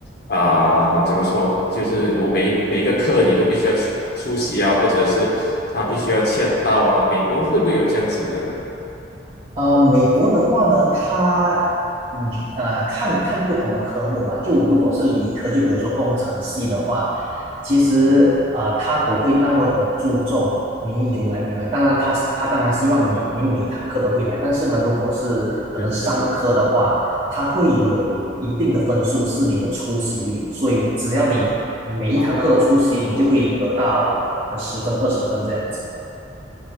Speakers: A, on the left (about 60°); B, on the right (about 35°).
A: 啊、怎么说？就是我每每一个课你都必须要去出席啊，或者是他必须要签到啊。美国会不会有这样子的呢？
B: 呃，美国的话呢，它嗯啊，看看不同的科目吧。就如果是理科，就比如说工程系的话，其实呃他不会那么的注重你有来没有来。
A: 嗯，
B: 当然他他当然希望你你每堂课都会来，但是呢，如果是可能商科的话，
A: 对对对对，
B: 它会有一定的分数是你的出席率，所以只要你每一堂课都出席，
A: 啊，好好好好，
B: 你就会得到可能十分二十分这样子。